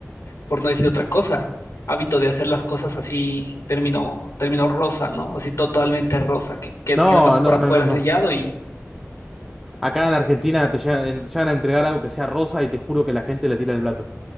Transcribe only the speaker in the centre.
No,
no,
no, no, no.
Acá en Argentina te llegan, en- llegan a entregar algo que sea rosa y te juro que la gente le tira el plato.